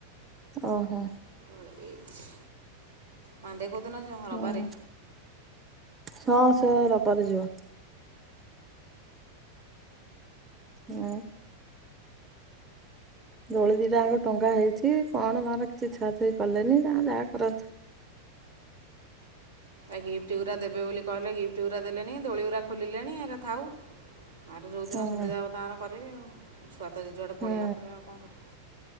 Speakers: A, on the right (about 20°); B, on the right (about 70°).
A: ଓହୋ।
B: ପକେଇ ଆଈଛି ପାଣ୍ଡେ କୋଉଦିନ ଯିବ ରବାରେ?
A: ଉଁ ହୁଁ ହଁ ସେ ରବାରେ ଯିବା। ହଁ। ଦୋଳି ଦିଟାଙ୍କ ଟଙ୍ଗା ହେଇଛି କଣ ତାର କିଛି ଛୁଆ ଛୁଇ କଲେନି ତା ଯାହା କରନ୍ତୁ।
B: ଆ ଗିଫ୍ଟ ଗୁରା ଦେବେ ବୋଲି କହିଲେ ଗିଫ୍ଟ ଗୁରା ଦେଲେଣି ଦୋଳିଗୁରା ଖୋଲିଲେଣି ଏରା ଥାଉ। ଆର ଯୋଉଦିନ
A: ହୁଁ
B: ସୁବିଧା ହେବ ତାର କରିବେ ଆଉ ଛୁଆ ତ ଯେ ଯୁଆଡେ
A: ହୁଁ
B: ପଳେଇଲା ପରେ ଆଉ କଣ କରିବ।